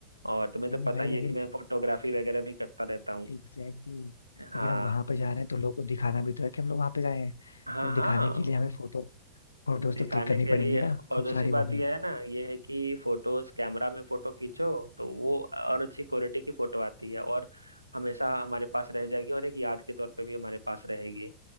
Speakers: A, on the right; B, on the left.
A: और तुम्हें
B: नहीं
A: तो
B: नहीं
A: पता
B: भाई
A: ही
B: लेकिन
A: है कि मैं फोटोग्राफी वगैरह भी करता रहता हूँ
B: एग्जैक्टली exactly,
A: हाँ
B: लेकिन हम वहां पे जा रहे हैं तो लोगों को दिखाना भी तो है कि हम लोग वहां पे गए हैं
A: हाँ
B: तो अब
A: हाँ
B: दिखाने के लिए हमें फोटो फोटोज
A: दिखाने
B: तो क्लिक करनी
A: के लिए
B: पड़ेंगी ना
A: और
B: खूब
A: दूसरी
B: सारी
A: बात
B: वो भी
A: यह है ना ये है कि फोटोज कैमरा में फोटो खींचो तो वो और अच्छी क्वालिटी की फोटो आती है और हमेशा हमारे पास रह जाएगी और एक याद के तौर पे भी हमारे पास रहेगी